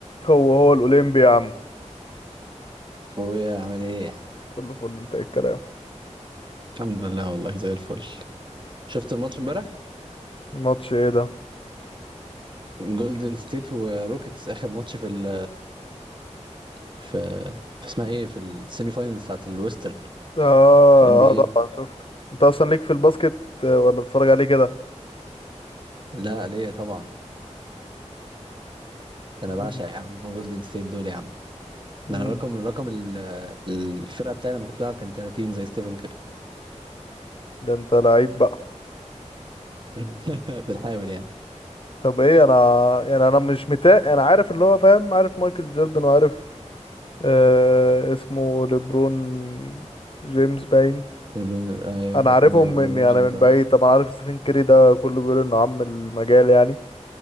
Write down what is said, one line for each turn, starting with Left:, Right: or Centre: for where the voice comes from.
Left: هو هو الأولمبي يا عم
Right: اخويا عامل ايه
Left: فل فل انت ايه الكلام
Right: الحمد لله والله زي الفل شفت الماتش امبارح
Left: ماتش ايه ده
Right: جولدن ستيت وروكيتس اخر ماتش في ال في, في اسمها ايه في السيمي فاينلز بتاعت الويسترن
Left: اه
Right: في ام بي
Left: اه
Right: اي
Left: طبعا شفت انت اصلا ليك في الباسكت آه، ولا بتتفرج عليه كده
Right: لا ليه طبعا ده انا
Left: مم.
Right: بعشق يا عم جولدن ستيت دول يا عم
Left: مم.
Right: ده انا رقم رقم ال- الفرقه بتاعي لما كنت بلعب كان 30 زي ستيفن كوري
Left: ده انت لعيب بقى
Right: <laughs> بالحامل يعني
Left: طب ايه انا يعني انا مش متاق انا عارف اللي هو فاهم عارف مايكل جوردن وعارف آه اسمه ليبرون جيمس باين
Right: ليبرون ايوه
Left: انا
Right: ليبرون
Left: عارفهم
Right: جيمس
Left: من
Right: ليبرون
Left: يعني
Right: جيمس
Left: من
Right: اه
Left: بعيد طبعا عارف ستيفن كيري ده كله بيقول انه عم المجال يعني